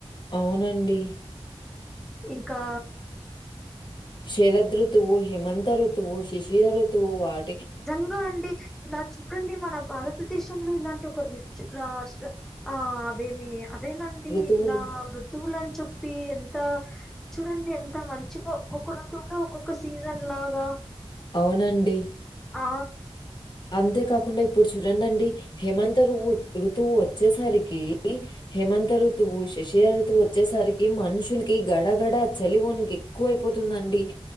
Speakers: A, on the left; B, in the centre.
A: అవునండి
B: ఇంకా
A: షరద్ ఋతవు హేమంత ఋతువు శిశిర ఋతువు వాడు
B: నిజంగా అండి ఇలా చూడండి మన భారతదేశంలో ఇలాంటి ఒక రిచ్ రాష్ట్ర ఆ అవేమి అదేనండి
A: ఋతువులు
B: ఇలా ఋతువులని చే పి ఎంత చూడండి ఎంత మంచిగా ఒక్కొక్క ఋతువుల్లో ఒక్కొక్క సీజన్ లాగా
A: అవునండి
B: ఆ
A: అంతే కాకుండా ఇప్పుడు చూడండి అండి హేమంత బు ఋతువు వచ్చేసరికి హేమంత ఋతువు శశిర ఋతు తువు వచ్చేసరికి మనుషులకి గడగడ చలి వణికి ఎక్కువ అయిపోతుందండి